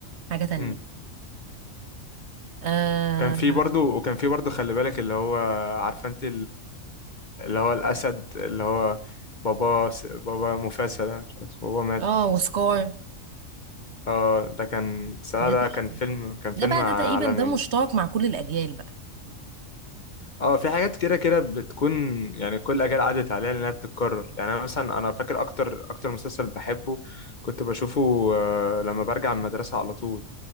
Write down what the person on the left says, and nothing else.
امم
وكان في برضو وكان في برضو خلي بالك اللي هو عارفه انت اللي هو الأسد اللي هو بابا س... بابا مفاسة ده مش عارف اسمه، بابا مات
اه ده كان صراحة
ده
كان فيلم كان
فيلم
عالمي
اه في حاجات كده كده بتكون يعني كل أجيال عدت عليها لأنها بتتكرر يعني أنا مثلا أنا فاكر أكتر أكتر مسلسل بحبه كنت بشوفه آه، لما برجع من المدرسة على طول